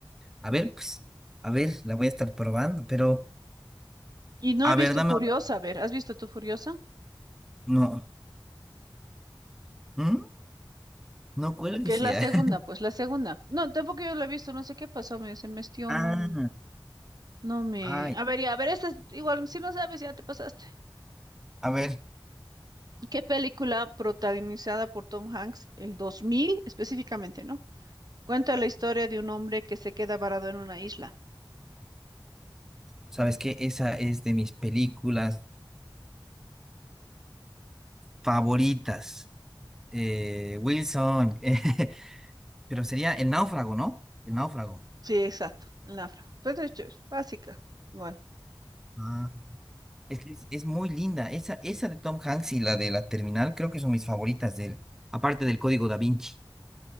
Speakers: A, in the centre; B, on the right (about 50°).
A: a ver, pues, a ver, la voy a estar probando, pero.
B: Y no
A: A
B: he visto
A: ver, dame.
B: Furiosa,
A: otra-
B: a ver, ¿has visto tú Furiosa?
A: No. ¿Mm? No cuelgues
B: Que es la
A: ya.
B: segunda,
A: <laughs>
B: pues la segunda. No, tampoco yo la he visto, no sé qué pasó, me, se me estió,
A: Ah,
B: no, no me...
A: ay,
B: A ver, ya, a ver, esta es, igual, si no sabes, ya te pasaste.
A: a ver.
B: ¿Qué película protagonizada por Tom Hanks el 2000 específicamente, ¿no? Cuenta la historia de un hombre que se queda varado en una isla.
A: ¿Sabes qué? Esa es de mis películas. Favoritas. Eh, Wilson. <laughs> eh, pero sería El Náufrago, ¿no? El Náufrago.
B: Sí, exacto, el náufrago. Pues de hecho, es básica, igual.
A: Ah, es, que es- es muy linda. Esa, esa de Tom Hanks y la de la Terminal creo que son mis favoritas de él. Aparte del Código Da Vinci.